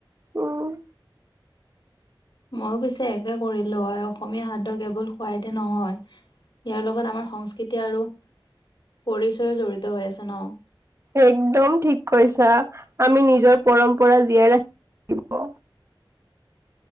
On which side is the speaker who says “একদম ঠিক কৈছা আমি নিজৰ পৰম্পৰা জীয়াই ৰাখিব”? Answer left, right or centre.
Right